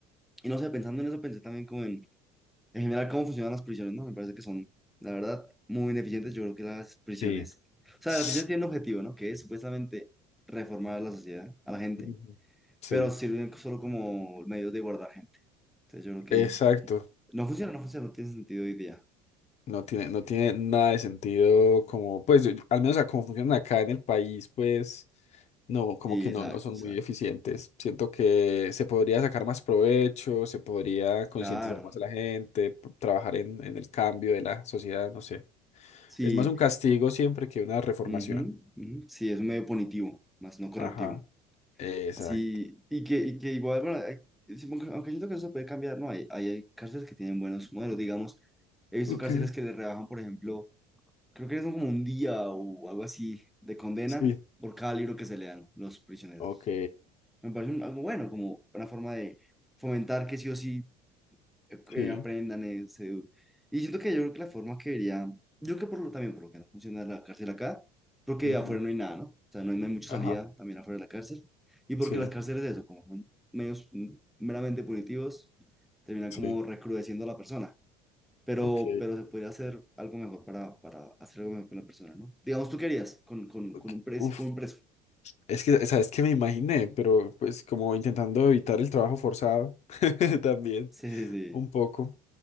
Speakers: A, in the centre; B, on the left.
A: y no sé, pensando en eso, pensé también como en en general cómo funcionan las prisiones, ¿no? Me parece que son, la verdad, muy ineficientes. Yo creo que las prisiones,
B: Sí.
A: o sea,
B: <sniffs>
A: las prisiones tienen un objetivo, ¿no? Que es supuestamente reformar a la sociedad, a la gente,
B: Ujú, Sí.
A: pero sirven solo como medios de guardar gente. Entonces yo creo que
B: Exacto.
A: no funciona, no funciona, no tiene sentido hoy día.
B: No tiene, no tiene nada de sentido como, pues, yo- al menos a cómo funcionan acá en el país, pues, no, como
A: Sí,
B: que
A: exacto,
B: no, no son
A: exacto.
B: muy eficientes. Siento que se podría sacar más provecho, se podría concientizar
A: Claro,
B: más a la gente, p- trabajar en, en el cambio de la sociedad, no sé.
A: sí,
B: Es más un castigo siempre que una reformación.
A: ujú, ujú, sí, es un medio punitivo, más no correctivo.
B: Ajá. Exacto.
A: Sí, y que, y que igual, bueno, eh, supongo- aunque siento que eso se puede cambiar, ¿no? Hay, hay, hay cárceles que tienen buenos modelos, digamos. He visto
B: Ok.
A: cárceles que le rebajan, por ejemplo, creo que son como un día o algo así de condena
B: Sí.
A: por cada libro que se lean los prisioneros.
B: Ok.
A: Me parece un- algo bueno, como una forma de fomentar que sí o sí eh,
B: Sí.
A: aprendan eso Y siento que yo creo que la forma que vería, yo creo que por lo también, por lo que no funciona la cárcel acá, porque
B: Ujú.
A: afuera no hay nada, ¿no? O sea, no hay, no hay mucha
B: Ajá.
A: salida también afuera de la cárcel. Y porque
B: Sí.
A: las cárceles, de eso, como son medios mm, meramente punitivos, terminan
B: Sí.
A: como recrudeciendo a la persona. Pero,
B: Ok.
A: pero se podría hacer algo mejor para, para hacer algo mejor con la persona, ¿no? Digamos, ¿tú querías con, con,
B: Ok.
A: con un preso,
B: Uf,
A: con un preso? <laughs>
B: Es que, ¿sabes qué me imaginé? Pero pues como intentando evitar el trabajo forzado <laughs> también,
A: Sí, sí, sí.
B: un poco.